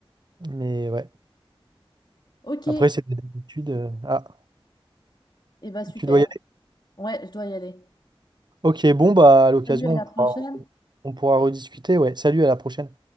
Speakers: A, on the right; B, on the left.
A: Mais ouais.
B: Ok, et
A: Après, c'est des habitudes. euh, Ah,
B: bah super.
A: tu dois y aller.
B: Ouais, je dois y aller.
A: Ok, bon, bah à l'occasion,
B: Salut, à la
A: on pourra,
B: prochaine.
A: on pourra rediscuter. Ouais, salut, à la prochaine.